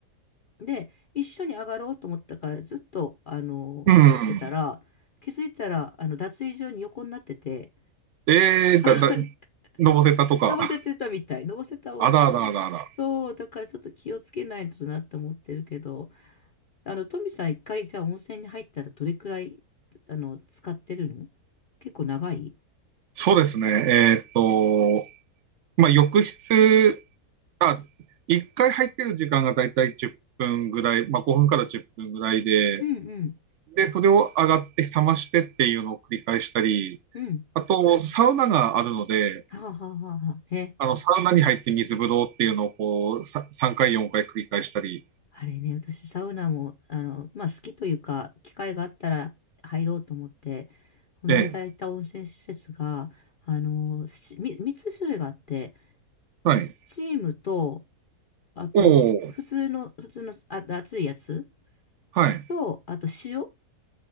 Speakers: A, on the left; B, on the right.
A: で、一緒に上がろうと思ったから、ずっと、あの、
B: うん。
A: 入ってたら、気づいたら、あの、脱衣所に横になってて、
B: ええ、だ、
A: <laughs>
B: だ、のぼせたとか。
A: のぼせてたみたい。のぼせたを、
B: あらあらあらあら。
A: あの、そう、だからちょっと気をつけないとなって思ってるけど、あの、トミさん一回、じゃあ温泉に入ったらどれくらい、あの、使ってるの結構長い
B: そうですね。えっと、まあ、浴室、あ、一回入ってる時間がだいたい10分ぐらい、まあ、5分から10分ぐらいで、
A: うんうん。
B: で、それを上がって冷ましてっていうのを繰り返したり、
A: うん。
B: あと、サウナがあるので、
A: はあはあはあはあ。ね
B: あの、サウナに入って水風呂っていうのをこう、さ3回、4回繰り返したり、
A: あれね、私サウナも、あの、まあ好きというか、機会があったら入ろうと思って、この間行った温泉施設が、
B: ええ、
A: あの、しみ3つ種類があって、
B: はい。
A: スチームと、あと、
B: おお、
A: 普通の、普通の、あ、熱いやつ
B: はい。
A: と、あと塩、